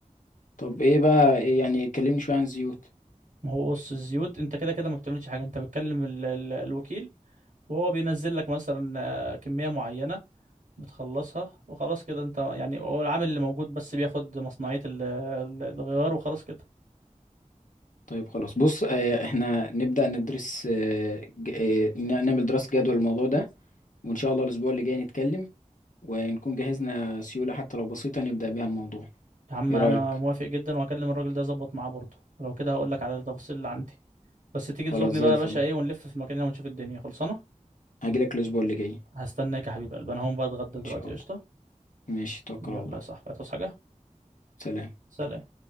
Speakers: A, on the left (about 75°); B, on the right (about 75°).
A: طب ايه بقى إيه يعني كلمني شوية عن الزيوت
B: ما هو بص الزيوت انت كده كده ما بتعملش حاجة انت بتكلم ال- ال- الوكيل وهو بينزل لك مثلا آه، كمية معينة بتخلصها وخلاص كده انت يعني هو العامل اللي موجود بس بياخد مصنعية ال- ال- الغيار وخلاص كده
A: طيب خلاص بص آه، احنا نبدأ ندرس آه، ج- آه، ن- نعمل دراسة جدوى للموضوع ده وان شاء الله الاسبوع اللي جاي نتكلم ونكون جهزنا سيولة حتى لو بسيطة نبدأ بيها الموضوع
B: يا عم
A: ايه
B: انا
A: رأيك
B: موافق جدا وهكلم الراجل ده اظبط معاه برضه ولو كده هقول لك على التفاصيل اللي عندي بس تيجي
A: خلاص
B: تزورني
A: زي
B: بقى
A: الفل
B: يا باشا ايه ونلف في مكاننا ونشوف الدنيا خلصانة
A: هجيلك الاسبوع اللي جاي
B: هستناك يا حبيب قلبي انا هقوم بقى اتغدى
A: ان
B: دلوقتي
A: شاء الله
B: قشطة
A: ماشي توكل
B: يلا
A: على الله
B: يا صاحبي هتعوز حاجة
A: سلام
B: سلام